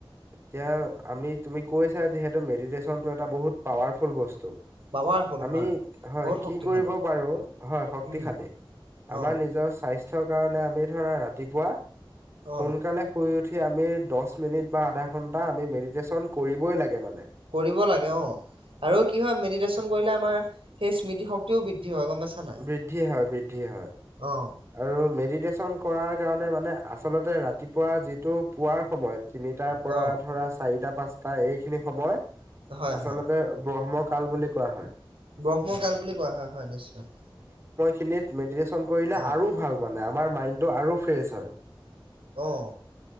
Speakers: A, on the right; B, on the right.
A: এতিয়া আমি তুমি কৈছা যে, সেইটো মেডিটেশচন টো এটা বহুত পাৱাৰফুল বস্তু।
B: পাৱাৰফুল
A: আমি,
B: হয়
A: হয়
B: বহুত
A: কি
B: শক্তিশালী
A: কৰিব পাৰো, হয় শক্তিশালী
B: উম
A: আমাৰ
B: অ
A: নিজৰ স্বাস্থ্যৰ কাৰণে আমি ধৰা, ৰাতিপুৱা সোনকালে
B: অ
A: শুই উঠি উঠি আমি দহ মিনিট বা আধা ঘণ্টা আমি মেডিটেশ্যন কৰিবই লাগে মানে।
B: কৰিব লাগে অ আৰু কি হয় মেডিটেশ্যন কৰিলে আমাৰ সেই স্মৃতি শক্তিও বৃদ্ধি। হয় গম পাইছা নাই
A: বৃদ্ধিয়ে হয় বৃদ্ধিয়ে হয়।
B: অ
A: আৰু মেডিটেশ্যন কৰাৰ কাৰণে মানে আচলতে ৰাতিপুৱা যিটো পোৱাৰ সময়ত। তিনিটাৰ পৰা
B: অ'
A: ধৰা চাৰিটা পাঁচটা এইখিনি সময়
B: হয়
A: আচলতে
B: হয়
A: ব্ৰহ্ম। কাল বুলি কোৱা হয়।
B: ব্ৰহ্মকাল বুলি কোৱা হয় হয় নিশ্চয়।
A: খিনিত মেডিয়েচন কৰি। আৰু
B: অ'
A: ভাল মানে আমাৰ মাইণ্ডটো আৰু ফ্ৰেছ হয়।
B: অ'